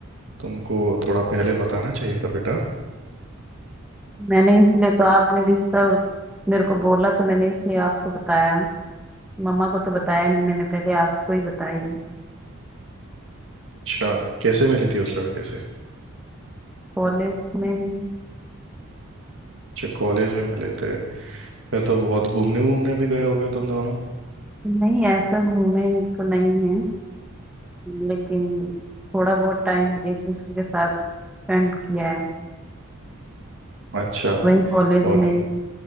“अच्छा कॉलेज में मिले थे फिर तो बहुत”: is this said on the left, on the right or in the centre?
Right